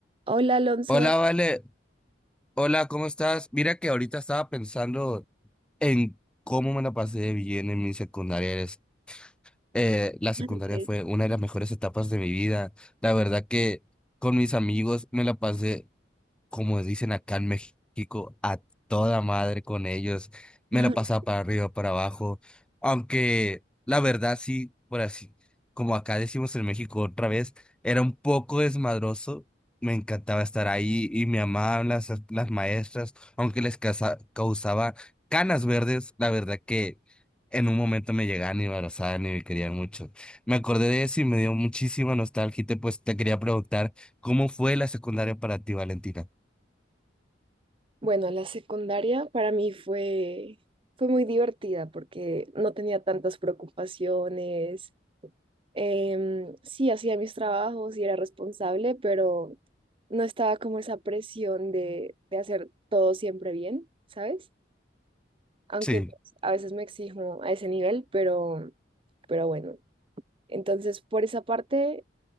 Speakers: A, on the right; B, in the centre.
A: Hola Alonso.
B: Hola, Vale. Hola, ¿cómo estás? Mira que ahorita estaba pensando en cómo me la pasé de bien en mi secundaria. Es- eh, la secundaria
A: Ah, Ok.
B: fue una de las mejores etapas de mi vida. La verdad que con mis amigos me la pasé como dicen acá en México, a toda madre con ellos. Me
A: <laughs>
B: la pasaba para arriba, para abajo. Aunque la verdad sí, por así, como acá decimos en México otra vez, era un poco desmadroso. Me encantaba estar ahí y me amaban las, las maestras, aunque les causa- causaba canas verdes. La verdad que en un momento me llegaban y me abrazaban y me querían mucho. Me acordé de eso y me dio muchísima nostalgia y te, pues te quería preguntar, ¿cómo fue la secundaria para ti, Valentina?
A: Bueno, la secundaria para mí fue, fue muy divertida porque no tenía tantas preocupaciones. Em, sí, hacía mis trabajos y era responsable, pero no estaba como esa presión de, de hacer todo siempre bien, ¿sabes? Aunque
B: Sí.
A: pues, a veces me exijo a ese nivel, pero, pero bueno. Entonces, por esa parte,